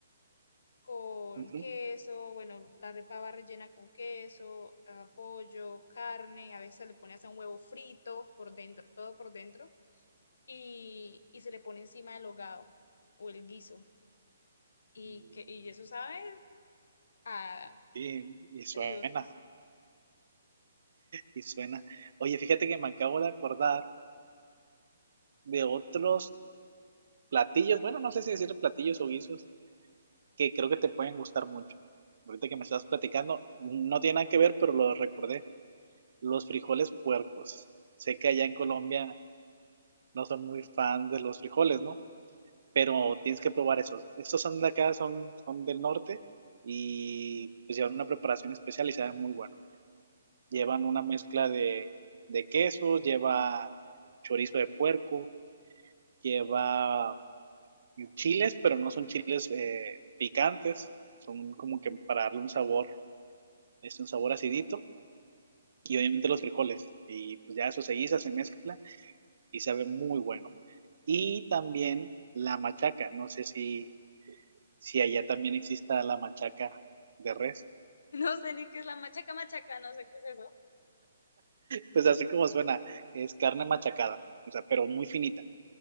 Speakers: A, on the left; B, on the right.
A: con
B: ujú.
A: queso, bueno, la arepa va rellena con queso, ah, pollo, carne, a veces le pone hasta un huevo frito por dentro, todo por dentro, y, y se le pone encima el hogado o el guiso. Y,
B: Mm,
A: que, y eso sabe a
B: Sí, y suena,
A: dioses. <laughs>
B: y suena. Oye, fíjate que me acabo de acordar de otros platillos. Bueno, no sé si decir platillos o guisos que creo que te pueden gustar mucho. Ahorita que me estás platicando, no tiene nada que ver, pero lo recordé. Los frijoles puercos. Sé que allá en Colombia no son muy fan de los frijoles, ¿no? Pero tienes que probar esos. Estos son de acá, son, son del norte y pues llevan una preparación especial y saben muy bueno. Llevan una mezcla de, de quesos, lleva chorizo de puerco, lleva chiles, pero no son chiles eh, picantes, son como que para darle un sabor, es un sabor acidito y obviamente los frijoles. Y pues ya eso se guisa, se mezcla y sabe muy bueno. Y también la machaca, no sé si, si allá también exista la machaca de res.
A: No sé ni qué es la machaca machaca, no sé qué es eso.
B: Pues así como suena, es carne machacada, o sea, pero muy finita.